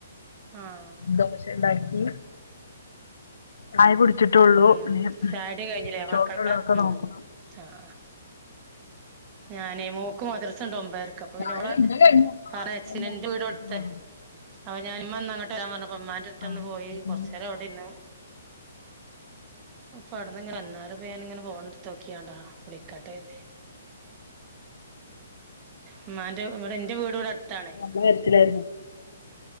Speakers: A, on the right (about 30°); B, on the left (about 75°).
A: ആഹ്
B: ദോശ ഉണ്ടാക്കി ചായ കുടിച്ചി ഇട്ടുള്ളൂ
A: ഉം
B: പി
A: ചായുടി കഴിഞ്ഞില്ലേ
B: ചോറ്ള്ളൊക്കെ
A: മക്കളുടെ ഉം
B: നോക്കണം
A: ആഹ് ഞാനേ മോ ഓക്ക് മദ്രസ ഉണ്ട് ഒമ്പതരക്ക് അപ്പൊ
B: ചായയുടെ
A: പിന്ന ഓളെ
B: ഇന്റെ കഴിഞ്ഞു
A: പറഞ്ഞയച്ചു
B: ആകെ മോനൊക്കെ
A: ഇന്റെ വീട്
B: എണീറ്റിട്ടുള്ളൂ
A: <unintelligible> അവ ഞാന് ഉമ്മന്ന് അങ്ങട്ട് വരാൻ പറഞ്ഞപ്പോ ഉമ്മാന്റെ അടുത്ത്
B: ആഹ്
A: ഒന്നു പോയി കൊറച്ചേരം അവിടെ ഇര്ന്ന്. <unintelligible> ലെ കട്ടായത്. ഇമ്മാന്റെ ഇവിടെ എന്റെ വീട് ഇവിടെ അടുത്താണ്
B: ആ വരത്തിലായിരുന്നു